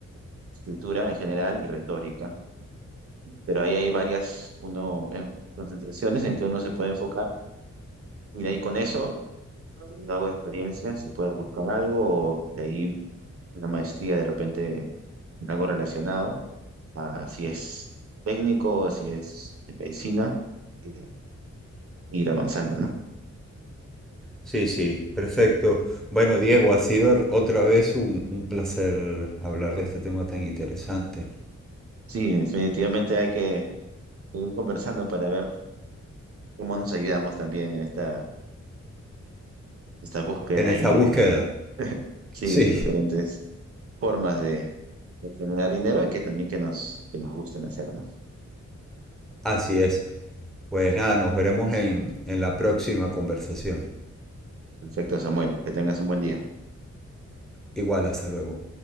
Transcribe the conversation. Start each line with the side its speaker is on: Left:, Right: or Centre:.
Right: escritura en general y retórica. pero ahí hay varias uno, eh, concentraciones en que uno se puede enfocar y de ahí con eso, algo de experiencia, se puede buscar algo o de ahí una maestría de repente en algo relacionado, a si es técnico o si es de medicina, y de ahí ir avanzando, ¿no?
Centre: Sí, sí, perfecto. Bueno, Diego, ha sido r- otra vez un, un placer hablar de este tema tan interesante.
Right: Sí, definitivamente hay que seguir conversando para ver cómo nos ayudamos también en esta, esta búsqueda
Centre: En esta
Right: ahí
Centre: búsqueda.
Right: de,
Centre: <laughs>
Right: sí,
Centre: Sí,
Right: de diferentes formas de, de generar dinero y que también que nos, que nos gusten hacer, ¿no?
Centre: así es. Pues nada, nos veremos en, en la próxima conversación.
Right: Perfecto, Samuel. Que tengas un buen día.
Centre: Igual, hasta luego.